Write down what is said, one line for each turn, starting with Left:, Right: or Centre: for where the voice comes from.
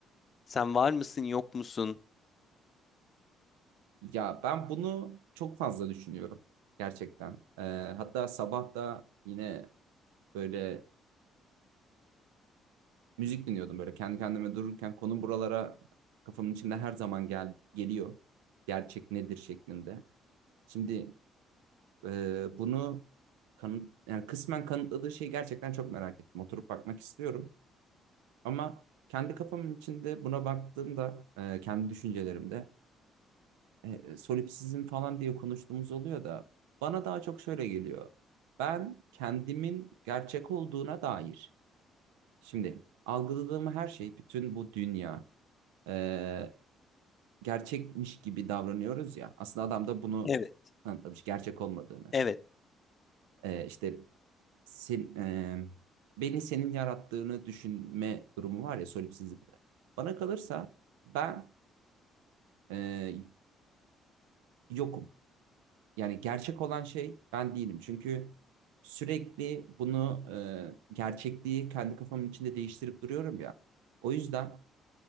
Left: sen var mısın yok musun?
Right: Ya ben bunu çok fazla düşünüyorum gerçekten. Ee, hatta sabah da yine böyle müzik dinliyordum böyle kendi kendime dururken konu buralara kafamın içinde her zaman gel geliyor. Gerçek nedir şeklinde. Şimdi e, bunu kanıt, yani kısmen kanıtladığı şeyi gerçekten çok merak ettim. Oturup bakmak istiyorum. Ama kendi kafamın içinde buna baktığımda e, kendi düşüncelerimde e, solipsizm falan diye konuştuğumuz oluyor da bana daha çok şöyle geliyor. Ben kendimin gerçek olduğuna dair. Şimdi algıladığım her şey, bütün bu dünya, e, gerçekmiş gibi davranıyoruz ya. Aslında adam da bunu
Left: Evet.
Right: kanıtlamış gerçek olmadığını.
Left: Evet.
Right: Ee, işte sen, e, beni senin yarattığını düşünme durumu var ya solipsizlikte. Bana kalırsa ben e, yokum. Yani gerçek olan şey ben değilim. Çünkü sürekli bunu e, gerçekliği kendi kafamın içinde değiştirip duruyorum ya. O yüzden